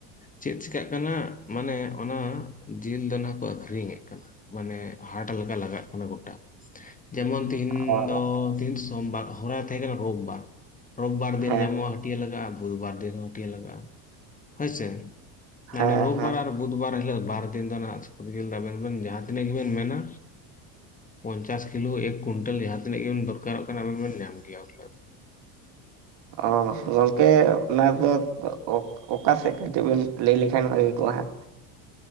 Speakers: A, on the left; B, on the right.
A: ᱪᱮᱫ ᱪᱤᱠᱟᱜ ᱠᱟᱱᱟ ᱢᱟᱱᱮ ᱚᱱᱟ ᱡᱤᱞ ᱫᱚ ᱠᱚ ᱟᱹᱠᱷᱨᱤᱧᱮᱜ ᱠᱟᱱᱟ ᱢᱟᱱᱮ ᱦᱟᱴ ᱞᱮᱠᱟ ᱞᱟᱜᱟᱜ ᱠᱟᱱᱟ ᱜᱚᱴᱟ᱾ ᱡᱮᱢᱚᱱ ᱛᱤᱦᱤᱧ
B: ᱚ
A: ᱫᱚ ᱛᱦᱤᱱ ᱥᱳᱢᱵᱟᱨ ᱦᱚᱨᱟ ᱛᱟᱦᱮᱸ ᱠᱟᱱᱟ ᱨᱳᱵ ᱵᱟᱨ᱾ ᱨᱳᱵ ᱵᱟᱨ ᱫᱤᱱ
B: ᱦᱮᱸ
A: ᱧᱟᱢᱚᱜ-ᱟ ᱦᱟᱹᱴᱭᱟᱹ ᱞᱟᱜᱟᱜᱼᱟ, ᱵᱩᱫ ᱵᱟᱨ ᱫᱤᱱ ᱦᱚᱸ ᱦᱟᱹᱴᱭᱟᱹ ᱞᱟᱜᱟᱜᱼᱟ ᱦᱳᱭ ᱥᱮ ᱛᱟᱱᱦᱮ
B: ᱦᱮᱸ
A: ᱨᱳᱵ
B: ᱦᱮᱸ
A: ᱵᱟᱨ ᱟᱨ ᱵᱩᱫ ᱵᱟᱨ ᱦᱤᱞᱚᱜ ᱵᱟᱨ ᱫᱤᱱ ᱫᱚ ᱱᱟᱸᱦᱟᱜ ᱥᱩᱠᱨᱤ ᱡᱤᱞ ᱫᱚ ᱟᱵᱮᱱ ᱵᱮᱱ ᱡᱟᱦᱟᱸ ᱛᱤᱱᱟᱹᱜ ᱜᱮᱵᱮᱱ ᱢᱮᱱᱟ ᱯᱚᱧᱪᱟᱥ ᱠᱤᱞᱳ ᱮᱠ ᱠᱩᱭᱱᱴᱳᱞ ᱡᱟᱦᱟᱸ ᱛᱤᱱᱟᱹᱜ ᱜᱮᱵᱤᱱ ᱫᱚᱨᱠᱟᱨᱚᱜ ᱠᱟᱱᱟ ᱟᱵᱮᱱ ᱵᱮᱱ ᱧᱟᱢ ᱜᱮᱭᱟ ᱢᱚᱴᱟ ᱢᱩᱴᱤ
B: ᱚ ᱜᱟᱝᱠᱮ ᱚᱱᱟ ᱫᱚ ᱚᱠᱟ ᱥᱮᱜ ᱠᱟᱹᱴᱤᱡ ᱵᱤᱱ ᱞᱟᱹᱭ ᱞᱮᱠᱷᱟᱱ ᱵᱷᱟᱜᱮ ᱠᱚᱜᱼᱟ᱾